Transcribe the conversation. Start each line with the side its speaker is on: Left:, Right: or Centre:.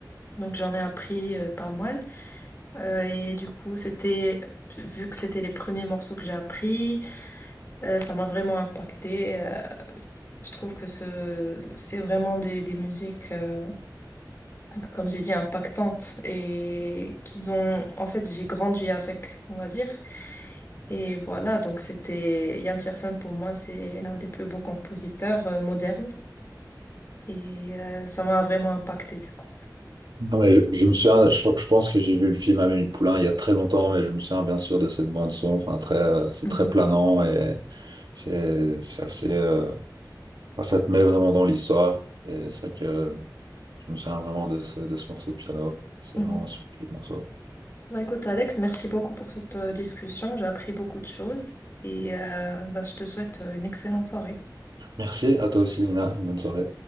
Left: Donc j'en ai appris euh, pas mal. Euh, et du coup, c'était, vu que c'était les premiers morceaux que j'ai appris, euh, ça m'a vraiment impacté. je trouve que ce, c'est vraiment des, des musiques. euh, comme j'ai dit, impactantes et qu'ils ont, en fait, j'ai grandi avec, on va dire. Et voilà, donc c'était Ian Tiersen pour moi, c'est l'un des plus beaux compositeurs euh, modernes et euh, ça m'a vraiment impacté du coup.
Right: Non, mais je, je me souviens, je, je pense que j'ai vu le film Amélie Poulain il y a très longtemps, mais je me souviens bien sûr de cette bande son. Enfin, très, euh, c'est
Left: Mhm.
Right: très planant et c'est, c'est assez, euh, enfin, ça te met vraiment dans l'histoire. Et c'est vrai que je me souviens vraiment de ce, de ce morceau de piano. C'est
Left: Mhm.
Right: vraiment un super morceau.
Left: Bah écoute Alex, merci beaucoup pour cette euh, discussion, j'ai appris beaucoup de choses et euh, bah, je te souhaite euh, une excellente soirée.
Right: Merci à toi aussi, Lina. Une bonne soirée.